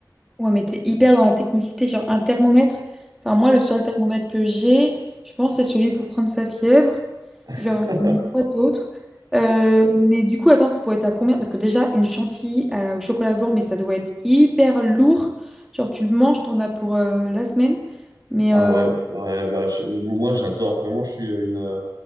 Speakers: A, in the centre; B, on the right.
A: Ouais, mais t'es hyper dans la technicité, genre un thermomètre. Enfin, moi, le seul thermomètre que j'ai, je pense, c'est celui pour prendre sa fièvre.
B: <laughs>
A: Genre, je n'ai pas d'autre. Euh, mais du coup, attends, ça faut être à combien? Parce que déjà, une chantilly euh, au chocolat blanc, mais ça doit être hyper lourd. Genre, tu le manges, t'en as pour euh, la semaine. Mais
B: Ah
A: euh,
B: ouais, ouais bah, je- moi j'adore, vraiment, je suis une, euh,